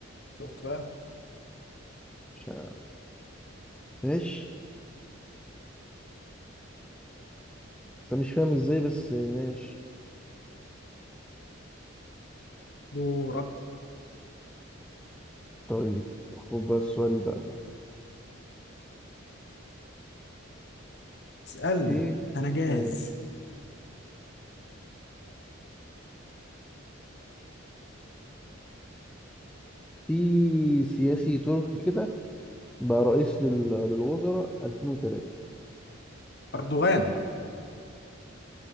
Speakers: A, on the left (about 55°); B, in the centre.
A: شفت بقى
B: مش عارف. ماشي بس أنا مش فاهم ازاي بس ماشي
A: دورك
B: طيب خد بقى السؤال بقى ده
A: اسألني
B: ايه
A: انا جاهز
B: ماشي في سياسي تركي كده بقى رئيس لل- للوزراء 2003
A: اردوغان